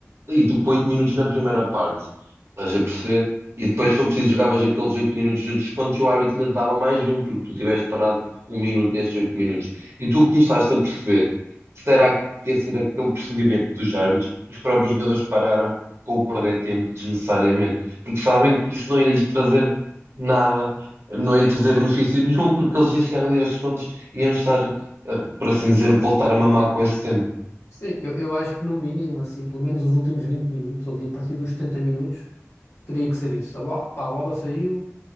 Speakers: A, on the right; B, on the left.
A: E tu põe 8 minutos na primeira parte, estás a perceber? E depois,
B: Sim.
A: se for preciso, jogavas aqueles 8 minutos de descontos e o árbitro ainda te dava mais um, porque tu tiveste parado um minuto nesses 8 minutos. E tu começaste a perceber. Será que ia ser aquele procedimento dos árbitros, os próprios jogadores pararam com o perder tempo desnecessariamente, porque sabem que isso não ia lhes trazer nada, não ia trazer benefício <laughs> nenhum, porque eles iam chegar ali aos segundos e iam estar, eh, por assim dizer, voltar a mamar com esse tempo.
B: Sim, eu, eu acho que no mínimo, assim, pelo menos os últimos 20 minutos, ali a partir dos 70 minutos, teria que ser isso. A, bo- pá, a bola saiu,